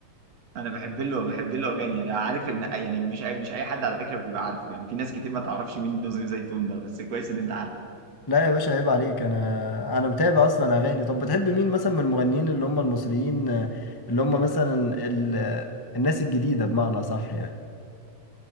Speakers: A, on the right; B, on the left.
A: انا بحب له بحب له اغاني يعني عارف ان يعني مش اي مش اي حد على فكره بيبقى عارفه يعني في ناس كتير ما تعرفش مين نسيف زيتون ده بس كويس ان انت عارف
B: لا يا باشا عيب عليك انا انا متابع اصلا اغاني طب بتحب مين مثلا من المغنيين اللي هم المصريين آه، اللي هم مثلا ال... آه، الناس الجديده بمعنى صح يعني